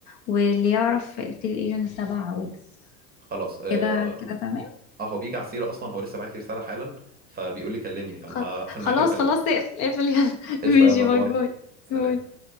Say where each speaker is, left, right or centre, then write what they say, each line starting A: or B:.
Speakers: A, on the left; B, on the right.
A: واللي يعرف التيل ايجن السبع ويجز
B: خلاص اه
A: كده كده تمام
B: آه، هو بيجي على السيره اصلا هو لسه بعت لي رساله حالا فبيقول لي كلمني فانا
A: خل-
B: هقفل
A: خلاص
B: معاكي واكلمه
A: خلاص اقفل اقفل يلا <laughs>
B: قشطه
A: ماشي
B: يلا
A: باي
B: باي
A: باي
B: سلام
A: باي